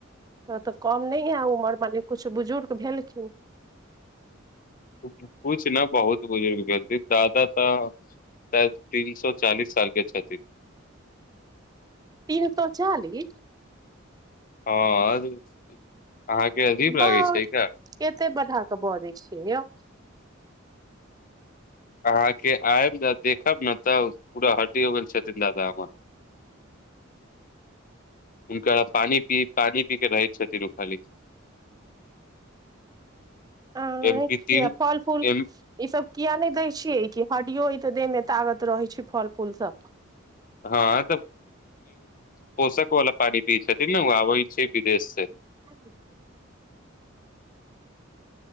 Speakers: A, on the right; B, on the left.
A: तऽ कम नहि यए उमर मने किछु बुजुर्ग भेलखिन।
B: कुछ न बहुत बुजुर्ग भेलथिन दादा तऽ शाय तीन सो चालीस साल के छथिन।
A: तीन सए चालीस?
B: हँ अहाँके अजीब लागै
A: ब
B: छै का
A: केते बढ़ा क बजय छियै यौ।
B: अहाँके आयब त देखब ने तऽ पूरा हटी हो गेल छथिन दादा हमर। हुनकरा पानि पी पानि पीके रहैत छथिन ओ खाली।
A: आँय
B: एम पी तीन
A: किया फल फूल
B: एम
A: ई सब किया नहि दै छियै कि। हडीयो य तऽ देह मे तागत रहै छैय फल फूल स।
B: हँ तऽ पोषक वाला पानि पियै छथि ने ओ आबै छै की कहय छी से?
A: <unintelligible>